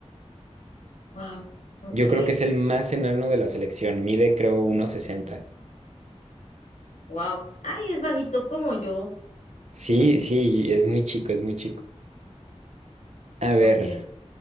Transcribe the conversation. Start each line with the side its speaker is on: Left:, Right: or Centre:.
Left: wow, ok,
Right: Yo creo que es el más enano de la selección. Mide, creo, uno sesenta
Left: wow. Ay, es bajito como yo.
Right: Sí, sí, es muy chico, es muy chico. A ver,
Left: Ok.